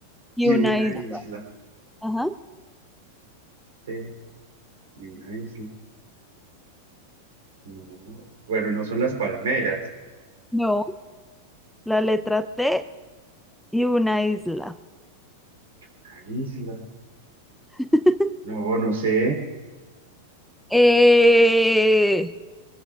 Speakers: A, in the centre; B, on the right (about 75°).
A: y
B: y
A: una
B: una
A: isla.
B: isla?
A: Ajá.
B: T y una isla. No, bueno, no son las palmeras,
A: No, la letra T y una isla.
B: la isla.
A: <laughs>
B: No, no sé.
A: Eh,